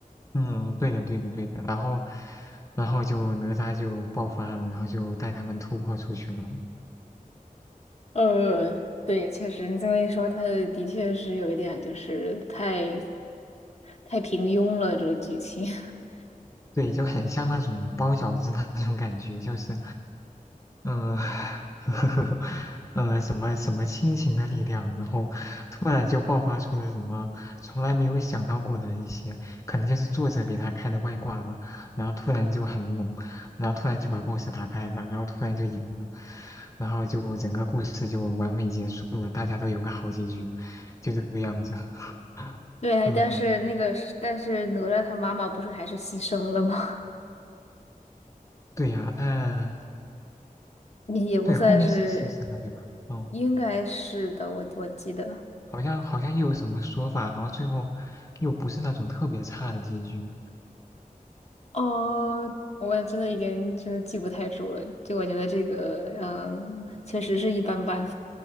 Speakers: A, on the left; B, on the left.
A: 嗯，对的，对的，对的。然后，然后就哪吒就爆发了，然后就带他们突破出去了。
B: 呃，对，确实，你这么一说，他的确是有一点，就是太太平庸了，这个剧情。<laughs>
A: 对，就很像那种包饺子那种感觉，就是嗯，<laughs> 呃，呃什么什么亲情的力量，然后突然就爆发出了什么从来没有想到过的一些，可能就是作者给他开的外挂吧，然后突然就很猛，然后突然就把故事打败了，然后突然就赢了，然后就整个故事就完美结束了，大家都有个好结局，就这个样子。<laughs>
B: 对，
A: 嗯，
B: 但是那个是但是哪吒他妈妈不是还是牺牲了吗？
A: 对呀，但
B: <laughs> 也也不算是，
A: 对后面是牺牲了，对吧？嗯。
B: 应该是的，我我记得。
A: 好像好像又有什么说法，然后最后又不是那种特别差的结局。
B: 哦，我也真的已经就是记不太住了，就我觉得这个，嗯，确实是一般般。